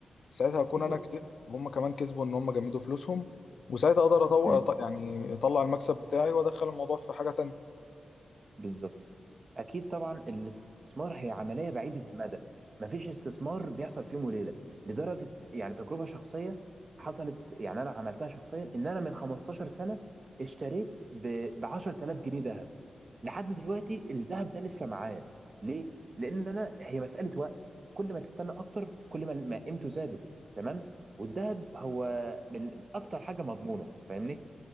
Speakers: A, on the left (about 65°); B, on the right (about 45°).
A: ساعتها اكون
B: بالظبط
A: انا كسبت وهم كمان كسبوا ان هم جمدوا فلوسهم وساعتها اقدر
B: مم.
A: اطلع يعني اطلع المكسب بتاعي وادخل الموضوع في حاجه تانية
B: بالظبط اكيد طبعا الاستثمار هي عمليه بعيده المدى مفيش استثمار بيحصل في يوم وليله لدرجه يعني تجربه شخصيه حصلت يعني انا عملتها شخصيا ان انا من 15 سنه اشتريت ب 10000 جنيه ذهب لحد دلوقتي الذهب ده لسه معايا ليه لان انا هي مساله وقت كل ما تستنى اكتر كل ما ما قيمته زادت تمام والذهب هو من اكتر حاجه مضمونه فاهمني